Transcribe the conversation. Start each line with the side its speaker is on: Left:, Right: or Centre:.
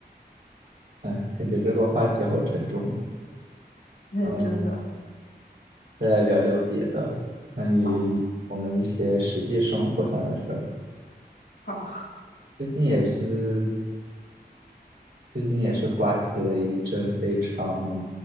Right: 哎，感觉这个话题好沉重。
Left: <laughs> 嗯，
Right: 嗯。
Left: 真的
Right: 再来聊聊别的，关于一我们一些实际生活上的事儿。
Left: 好，好，
Right: 最近也是，最近也是刮起了一阵非常